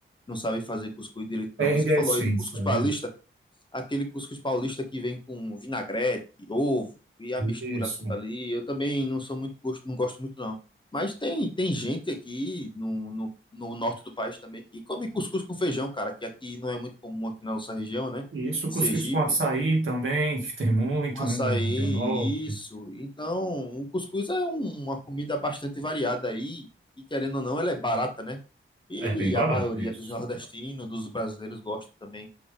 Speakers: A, on the left; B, on the right.
A: não sabem fazer cuscuz direito,
B: Perde
A: não. Você falou
B: a essência,
A: aí do cuscuz paulista,
B: né?
A: aquele cuscuz paulista que vem com vinagrete, ovo e a mistura
B: Isso.
A: tudo ali. Eu também não sou muito gosto, não gosto muito, não. Mas tem, tem gente aqui no, no, no norte do país também que come cuscuz com feijão, cara, que aqui não é muito comum aqui na nossa região, né?
B: E isso,
A: De
B: cuscuz
A: Sergipe
B: com açaí também, que tem muito,
A: com açaí,
B: né? Na região norte.
A: isso. Então, o cuscuz é um- uma comida bastante variada aí, e querendo ou não, ela é barata, né? E
B: É bem barato
A: a maioria
B: isso.
A: dos nordestinos, dos brasileiros gosta também.